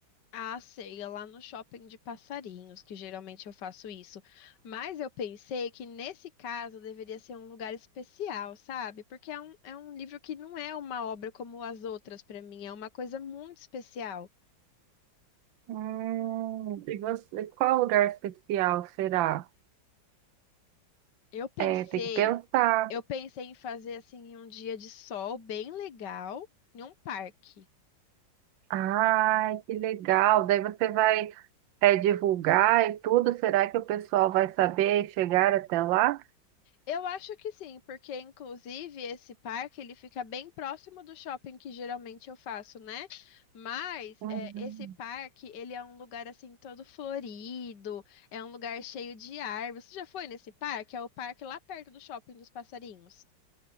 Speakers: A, on the left; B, on the right.
A: A ceia lá no shopping de passarinhos, que geralmente eu faço isso. Mas eu pensei que nesse caso deveria ser um lugar especial, sabe? Porque é um, é um livro que não é uma obra como as outras para mim, é uma coisa muito especial.
B: Hum, e você, qual lugar especial será?
A: Eu pensei,
B: É, tem que pensar.
A: eu pensei em fazer assim em um dia de sol bem legal, em um parque.
B: Ai, que legal. Daí você vai é, divulgar e tudo. Será que o pessoal vai saber e chegar até lá?
A: Eu acho que sim, porque inclusive esse parque ele fica bem próximo do shopping que geralmente eu faço, né? Mas
B: Uhum.
A: é, esse parque ele é um lugar assim todo florido, é um lugar cheio de árvores. Você já foi nesse parque? É o parque lá perto do shopping dos passarinhos.